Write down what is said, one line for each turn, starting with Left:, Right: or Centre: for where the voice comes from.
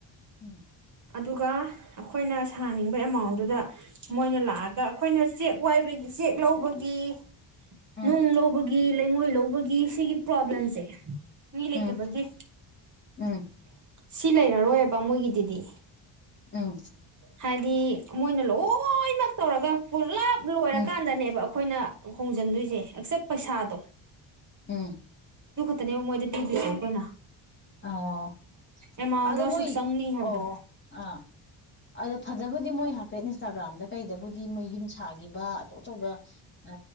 Left: ꯎꯝ
Right: ꯑꯗꯨꯒꯥ ꯑꯩꯈꯣꯏꯅ ꯁꯥꯅꯤꯡꯕ ꯑꯦꯃꯥꯎꯟꯗꯨꯗ ꯃꯣꯏꯅ ꯂꯥꯛꯑꯒ ꯑꯩꯈꯣꯏꯅ ꯆꯦꯛ ꯋꯥꯏꯕꯒꯤ ꯆꯦꯛ ꯂꯧꯕꯒꯤ
Left: ꯎꯝ
Right: ꯅꯨꯡ ꯂꯧꯕꯒꯤ ꯒꯤ ꯂꯩꯉꯣꯏ ꯂꯧꯕ ꯁꯤꯒꯤ ꯄꯣꯕ꯭ꯂꯦꯝꯁ‌ꯦ ꯃꯤ ꯂꯩꯇꯕꯒꯤ
Left: ꯎꯝ ꯎꯝ
Right: ꯁꯤ ꯂꯩꯔꯥꯔꯣꯏꯑꯕ ꯃꯣꯏꯒꯤꯗꯤꯗꯤ
Left: ꯎꯝ
Right: ꯍꯥꯏꯗꯤ ꯃꯣꯏꯅ ꯂꯣꯏꯅꯥ ꯇꯧꯔꯒ ꯄꯨꯂꯞ ꯂꯣꯏꯔꯀꯥꯟꯗꯅꯦꯕ
Left: ꯎꯝ
Right: ꯑꯈ‌ꯣꯏ ꯑꯩꯈꯣꯏꯅ ꯍꯣꯡꯖꯟꯗꯣꯏꯁꯦ ꯑꯦꯛꯆꯦꯞ ꯄꯩꯁꯥꯗꯣ
Left: ꯎꯝ
Right: ꯇꯅꯦꯕ ꯃꯣꯏꯗ ꯄꯤꯗꯣꯏꯁ ꯑꯩꯈꯣꯏꯅ
Left: ꯑꯣ
Right: ꯑꯦꯃꯥꯎꯟꯗꯣ
Left: ꯑꯗ ꯃꯣꯌ
Right: ꯑꯁꯨꯛ ꯆꯪꯅꯤ ꯍꯥꯏꯕꯗꯣ
Left: ꯑꯣ ꯑꯥ ꯑꯗ ꯐꯖꯕꯕꯨꯗꯤ ꯃꯣꯏ ꯍꯥꯄꯦꯠ ꯏꯟꯁꯇꯥꯒ꯭ꯔꯥꯝꯗ ꯀꯩꯗꯕꯨꯗꯤ ꯃꯣꯏ ꯌꯨꯝ ꯁꯥꯈꯤꯕ ꯑꯆꯧ ꯑꯆꯧꯕ ꯎ